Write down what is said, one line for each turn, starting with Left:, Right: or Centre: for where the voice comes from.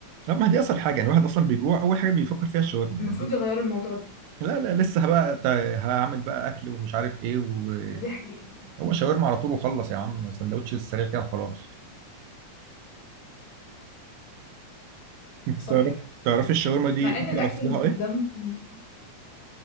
Right: لا ما هي دي اصل حاجه يعني الواحد اصلا بيجوع اول حاجه بيفكر فيها الشاورما
Left: المفروض
Right: يعني دي
Left: يغيروا الموضوع ده
Right: لا لا لسه بقى هعمل بقى اكل ومش عارف ايه وهو
Left: دي حقيقة
Right: شاورما على طول وخلص يا عم سندوتش السريع كده وخلاص انت
Left: صح
Right: تعرف تعرفي الشاورما دي
Left: مع
Right: اكل
Left: ان الأكل
Right: اصلها
Left: اللي بره
Right: ايه
Left: ده م-